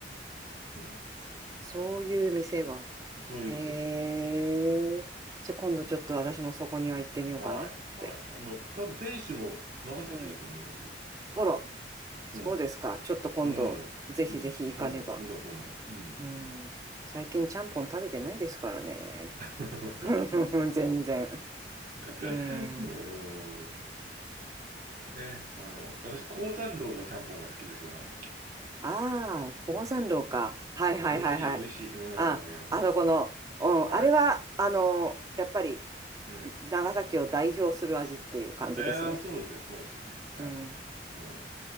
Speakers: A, on the right; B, on the right.
A: そうなんですよ。
B: そういう店が。
A: そういう店、
B: へえ。
A: そういう店。はい。
B: じゃ、今度ちょっと私もそこには行ってみようかなって。
A: はい、はい。あの、多分店主も長崎だと思いますよ。
B: うん。あら、そうですか。
A: うん、
B: ちょっと今度、
A: うん、
B: ぜひぜひ行かねば。
A: うん。多分そうだと思う。うん。
B: うん。最近ちゃんぽん食べてないですからね。
A: <laughs>
B: <laughs> 全然。
A: う
B: うん。
A: んね、あの、私、鉱山楼のちゃんぽんが好きですよ、長崎の。
B: ああ、高山楼か。はいはいはいはい。
A: うん美味しい、美味しい。うん、
B: あ、あのこの、
A: うん。
B: うん、
A: はい。
B: あれは、あの、やっぱり、
A: うん。
B: 長崎を代表する味っていう感じですね。
A: ああ、そうですね、そうですよね。はい。
B: うん。
A: もう、